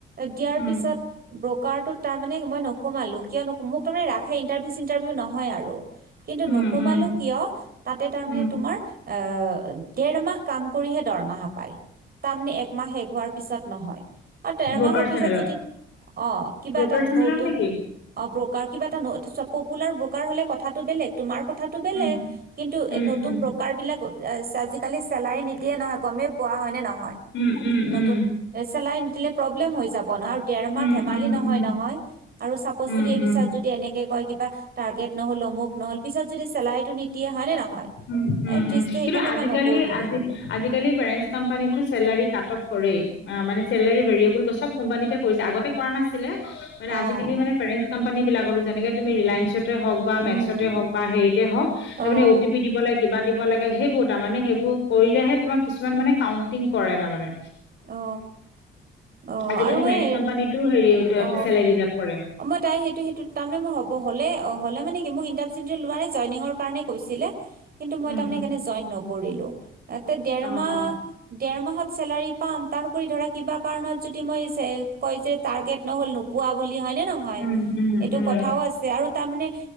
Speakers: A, on the right; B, on the left.
A: দিয়াৰ
B: উম,
A: পিছত ব্ৰ'কাৰটোত তাৰ মানে মই নোসোমালো কিয় নোসোমালো মোক মানে ৰাখেই ইনাৰভিউ চিনটাৰভিউ নহয় আৰু কিন্তু
B: উম,
A: নোসোমালো
B: উম,
A: কিয় তাতে তাৰমানে
B: উম,
A: তোমাৰ এ এ ডেৰমাহ কাম কাম কৰিহে দৰমহা পায় তাৰ মানে একমাহ শেষ হোৱাৰ পিছত নহয়। অঁ ডেৰ
B: ব্ৰকাৰ
A: মাহৰ পিছত
B: চেনেলত
A: যদি অ' কিবা
B: ব্ৰকাৰ
A: এটা
B: চেনেলত
A: নতুন
B: নেকি?
A: অ' ব্ৰকাৰ কিবা এটা পপুলাৰ ব্ৰ'কাৰ হ'লে কথাটো বেলেগ। তোমাৰ কথাটো বেলেগ
B: উম,
A: কিন্তু
B: উম,
A: এ নতুন
B: উম,
A: ব্ৰকাৰ বিলাকক আজিকালি চেলাই নিদ দিয়ে নহয় গমে পোৱা হয় নে নহয়
B: উম, উম,
A: নতুন
B: উম,
A: চেলাইন দিলে প্ৰব্লেম হৈ যাব আৰু তেৰমাহ
B: উম,
A: ধেমালি
B: উম,
A: নহয়
B: উম।
A: নহয় আৰু পচ
B: উম,
A: যদি এবিছ
B: উম,
A: যদি এনে কয় কিবা টাৰ্গেত নহ'ল অমুক নহ'ল পিছত যদি চেলাৰীটো নিদিয়ে হয় নে নহয়?
B: উম উম
A: এ ত্ৰিছটা
B: উম কিন্তু
A: সেইকাৰণে
B: আজিকালি
A: মই নকৰো বুলি
B: আজি
A: ক'লো
B: আজিকালি ফৰেঞ্চ কোম্পানীত মানে চেলাৰী কাটঅফ কৰেই চেলাৰি ভেৰিয়েবল কৰি আগতে কৰা নাছিলে। মানে
A: অ',
B: আজিকালি মানে কাৰেন্ট কান বিলাকত যেনেকে ৰেলাইন্স হওক বা মেক্সতে
A: উম
B: হওক বা হেৰিতে হওক
A: অ',
B: তাৰে কিবা দিব লাগে সেইবোৰ তাৰমানে সেইবোৰ কৰিলেহে তোমাক কিছুমান মানে কাউন্টিং কৰে তাৰমানানে।
A: অ অ
B: আজিকালি
A: আৰু মই
B: পেৰেন্টছ কোম্পানীতো হেৰি
A: অ
B: চেলাৰী বিলাক কৰে
A: অ মই তাই সেইটো সেইটো তাৰমানে মোৰ হ'ব হ'লে অ। হলে মানে কি মোক ইণ্টাৰচিপ লোৱা নে জইঙৰ কাৰণে কৈছিলে কিন্তু মই
B: উম,
A: তাৰমানেকাৰণনে
B: উম,
A: জইন নকৰিলোঁ। হয়। এ দেৰ
B: অ',
A: মাহ
B: অ',
A: দেৰ মাহত চেলাৰী কৰি ধৰা কিবা কাৰণত যদি মই যে কয় যে টাৰ্গেট নহ'ল ন পোৱা বুলি হয় নে নহয়
B: উম, উম,
A: সেইটো
B: উম।
A: কথা আছে আৰু তাৰমানে